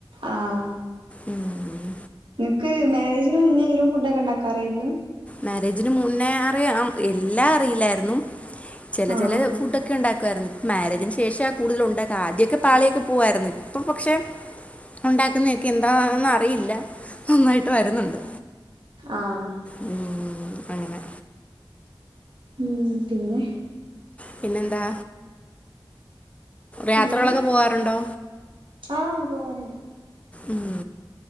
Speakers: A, on the right; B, on the left.
A: ആഹ്
B: ഉം
A: നിങ്ങക്ക് മാരേജിന് മുന്നേ എല്ലും ഫുഡ് ഒക്കെ ഉണ്ടാക്കാറായിരുന്നു?
B: മാരേജിന് മുന്നേ അറിയാം. എല്ലാം അറിയില്ലായിരുന്നു. ചെല
A: ആഹ്
B: ചെല ഫുഡ്‌ ഒക്കെ ഉണ്ടാ മാരേജിന് ശേഷം ആ കൂടുതൽ ഉണ്ടാക്ക. ആദ്യമൊക്കെ പാളിയൊക്കെ പോവായിരുന്നു ഇപ്പൊ പക്ഷെ, ഉണ്ടാക്കുന്നയൊക്കെ എന്താന്നറിയില്ല നന്നായിട്ട് വരുന്നുണ്ട്
A: ആഹ
B: ഉം അങ്ങനെ
A: ഉം പിന്നെ
B: പിന്നെന്താ യാത്രകളൊക്കെ
A: പിന്നെ
B: പോവാറുണ്ടോ?
A: ആഹ് പോവാറുണ്ട്
B: ഉം